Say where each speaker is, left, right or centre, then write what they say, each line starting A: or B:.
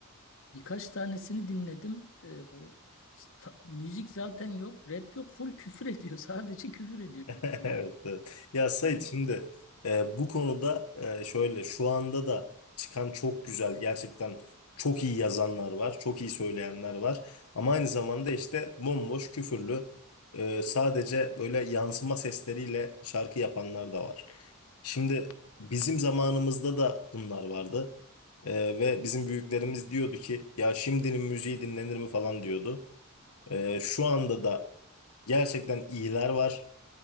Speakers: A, on the left; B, on the left.
A: birkaç tanesini dinledim. Ee, ta- müzik zaten yok, rap yok. Full küfür ediyor. <laughs> Sadece küfür ediyor
B: <laughs> Evet,
A: birisine.
B: evet. Ya Sait
A: Yani,
B: şimdi e, bu konuda e, şöyle şu anda da çıkan çok güzel gerçekten çok iyi yazanlar var, çok iyi söyleyenler var. Ama aynı zamanda işte bomboş küfürlü e, sadece böyle yansıma sesleriyle şarkı yapanlar da var. Şimdi bizim zamanımızda da bunlar vardı. E, ve bizim büyüklerimiz diyordu ki ya şimdinin müziği dinlenir mi falan diyordu. E, şu anda da gerçekten iyiler var.